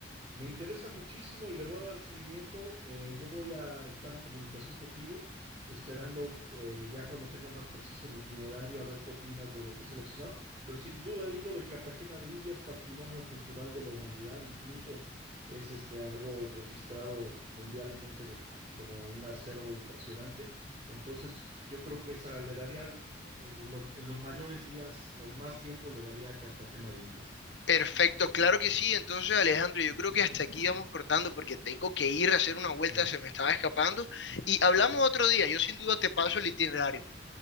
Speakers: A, on the right; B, on the left.
A: Me interesa muchísimo y le voy a dar seguimiento. Eh, yo voy a estar en comunicación contigo, esperando eh, ya cuando tenga más preciso mi itinerario, a ver qué opinas de lo que he seleccionado. Pero sin duda he oído de Cartagena de Indias, patrimonio cultural de la humanidad, incluso es este algo registrado mundialmente como un acervo impresionante. Entonces, yo creo que esa le daría en los, en los mayores días o el más tiempo le daría a Cartagena de Indias.
B: Perfecto, claro que sí. Entonces, Alejandro, yo creo que hasta aquí vamos cortando porque tengo que ir a hacer una vuelta,
A: Uh,
B: se me estaba escapando. Y hablamos
A: sí.
B: otro día, yo sin duda te paso el itinerario.